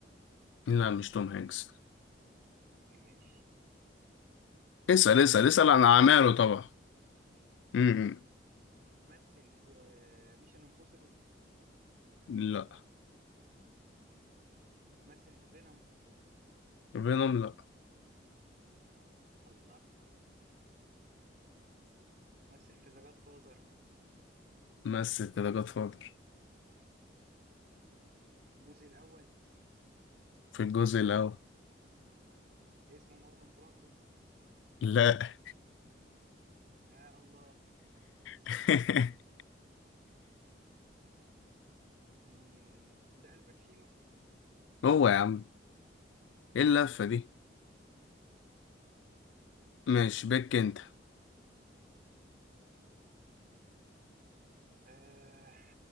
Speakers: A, on the left (about 85°); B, on the right (about 55°).
A: لا مش توم هانكس
B: ماشي
A: اسال
B: آه...
A: اسال اسال عن اعماله
B: هل
A: طبعا امم
B: مثل في ميشن امبوسيبل
A: لا
B: مثل في فينوم
A: فينوم لا
B: الله مثل في ذا جاد فازر
A: مثل كده جاد فاذر
B: الجزء الاول
A: في الجزء الأول
B: اسمه مارلون براندو
A: لا
B: يا الله
A: <laughs>
B: مم، ده الباتشينو
A: هو يا عم ايه اللفة
B: يا طب الحمد
A: دي
B: لله
A: ماشي بك انت
B: آه